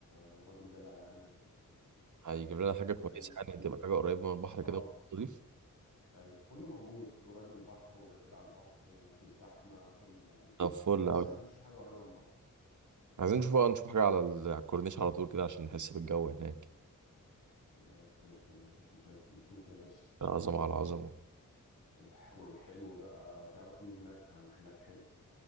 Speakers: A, on the left; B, on the right.
A: وراجل جدع يعني وكان
B: هيجيب لنا حاجة
A: ادى
B: كويسة
A: المطلوب
B: يعني تبقى حاجة قريبة من البحر
A: اه
B: كده ونضيف
A: ايوه كله موجود قريب من البحر وبعيد عن البحر وفي الزحمه كله موجود
B: طب فل
A: بس
B: أوي
A: احنا عايزين نشوف حاجه قريبه من البحر
B: عايزين نشوف بقى نشوف حاجة على ال- على الكورنيش على طول كده عشان نحس بالجو هناك
A: تمام زي الفل مفيش مشاكل نشوف يا باشا
B: عظمة على عظمة
A: والح... والحلو بقى تعرف مين هناك محلات حلو